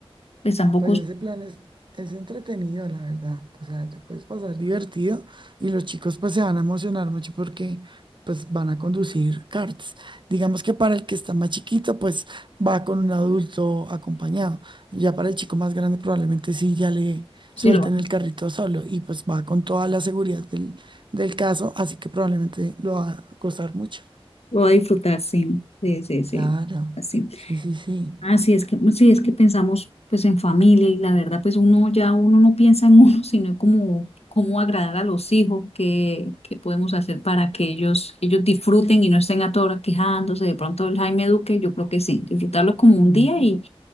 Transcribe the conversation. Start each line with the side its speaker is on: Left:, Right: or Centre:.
Left: pues tampoco,
Right: Pues ese
Left: sí,
Right: plan es, es entretenido, la verdad. O sea, te puedes pasar divertido y los chicos pues se van a emocionar mucho porque pues van a conducir karts. Digamos que para el que está más chiquito pues va con un adulto acompañado. Ya para el chico más grande probablemente sí ya le
Left: sí
Right: suelten
Left: lo va,
Right: el carrito solo y pues va con toda la seguridad del, del caso, así que probablemente lo va a costar mucho.
Left: lo va a disfrutar, sí, sí, sí, sí,
Right: Claro,
Left: así.
Right: sí, sí, sí.
Left: así es que, pues, sí, es que pensamos pues en familia y la verdad pues uno ya uno no piensa en uno, <laughs> sino como cómo agradar a los hijos, qué, qué podemos hacer para que ellos, ellos disfruten y no estén a toda hora quejándose. De pronto el Jaime Duque, yo creo que sí, disfrutarlo como un
Right: Ujú.
Left: día y,